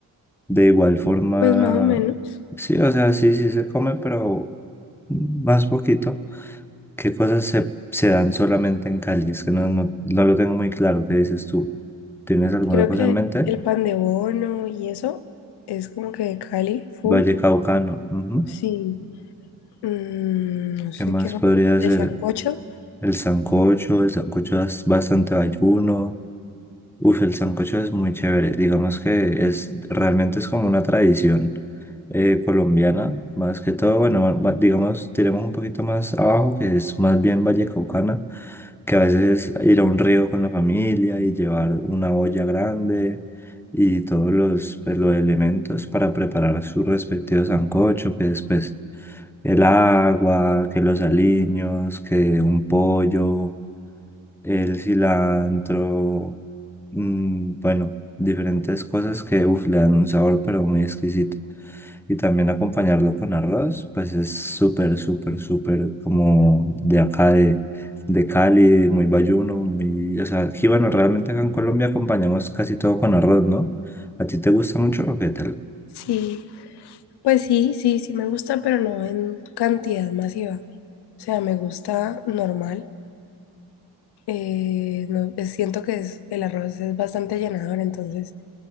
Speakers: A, in the centre; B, on the left (about 75°).
A: de igual forma,
B: Pues más o menos,
A: sí, o sea, sí, sí se come, pero más poquito. ¿Qué cosas se, se dan solamente en Cali? Es que no, no, no lo tengo muy claro, ¿qué dices tú? ¿Tienes alguna
B: creo
A: cosa
B: que
A: en mente?
B: el pan de bono y eso es como que de Cali, full.
A: Valle Caucano. ujú.
B: Sí, mm, no
A: ¿Qué
B: sé
A: más
B: qué más,
A: podría
B: el
A: ser?
B: sancocho,
A: El sancocho, el sancocho es bastante ayuno. Uf, el sancocho es muy chévere. Digamos que es realmente es como una tradición. eh, colombiana, más que todo, bueno, ma- digamos, tiremos un poquito más abajo, que es más bien vallecaucana, que a veces es ir a un río con la familia y llevar una olla grande y todos los, pues, los elementos para preparar su respectivo sancocho, que después el agua, que los aliños, que un pollo el cilantro, mm, bueno, diferentes cosas que uf, le dan un sabor pero muy exquisito. Y también acompañarlo con arroz, pues es súper, súper, súper como de acá de, de Cali, muy bayuno, muy... O sea, aquí, bueno, realmente acá en Colombia acompañamos casi todo con arroz, ¿no? ¿A ti te gusta mucho o qué tal?
B: sí, Pues sí, sí, sí me gusta, pero no en cantidad masiva. O sea, me gusta normal. eh, no, eh, siento que es- el arroz es bastante llenador, entonces,